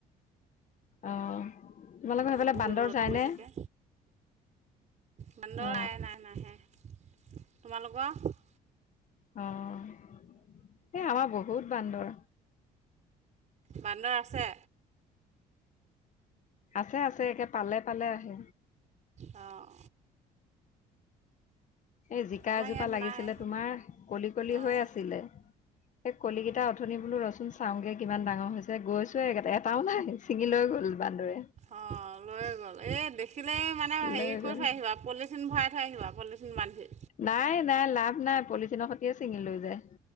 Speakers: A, on the left; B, on the right.
A: অ তোমালোকৰ সেইফালে
B: বহুত
A: বান্দৰ
B: ৰ'দ
A: যায়নে
B: পৰি থাকে বান্দৰ
A: অ
B: নাই নাই নাই নাহে তোমালোকৰ
A: অ এ আমাৰ বহুত বান্দৰ
B: বান্দৰ আছে
A: আছে আছে একে পালে পালে আহে
B: অঁ
A: এই জিকা
B: আমাৰ
A: এজোপা
B: ইয়াত
A: লাগিছিলে
B: নাই
A: তোমাৰ কলি কলি
B: অঁ
A: হৈ আছিলে স কলি কেইটা অথনি বোলো ৰচোন চাওঁগে কিমান ডাঙৰ হৈছে গৈছোৱে একেটা এটাও নাই ছিঙি লৈ গ'ল বান্দৰে
B: অঁ লৈয়েই গ'ল এই দেখ থাকিলেই মানে হেৰি
A: লৈ
B: কৰি
A: গ'ল
B: থৈ আহিবা পলিথিন ভৰাই থৈ আহিবা পলিথিন বান্ধি
A: নাই নাই লাভ নাই পলিথিনৰ খাতি চিঙি লৈ যায়